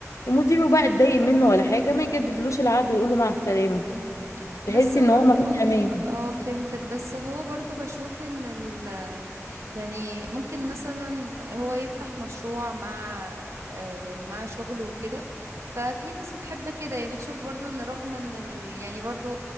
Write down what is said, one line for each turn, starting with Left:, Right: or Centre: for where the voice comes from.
Left: مديره بقى اتضايق منه ولا حاجة ما يجددلوش العقد
Right: مم.
Left: ويقول له مع السلامة
Right: مم.
Left: تحس
Right: بس
Left: إن
Right: برضو
Left: هو مفيش أمان
Right: اه فهمتك بس هو برضو بشوف ان ال يعني ممكن مثلا هو يفتح مشروع مع آه، يعني مع شغله وكده ففي ناس بتحب كده يعني بتشوف برضو ان رغم ان ال يعني برضو